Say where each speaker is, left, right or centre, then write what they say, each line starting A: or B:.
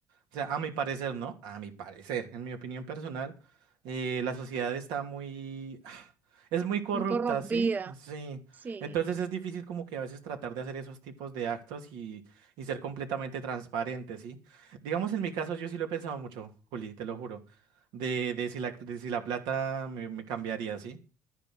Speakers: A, on the right; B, on the right.
A: O sea, a mi parecer, ¿no? A mi parecer, en mi opinión personal, eh, la sociedad está muy... <sighs> Es muy corrupta,
B: Muy corrompida.
A: ¿sí? Sí.
B: Sí.
A: Entonces es difícil como que a veces tratar de hacer esos tipos de actos y, y ser completamente transparente, ¿sí? Digamos, en mi caso yo sí lo he pensado mucho, Juli, te lo juro, de, de si la, de si la plata me, me cambiaría, ¿sí?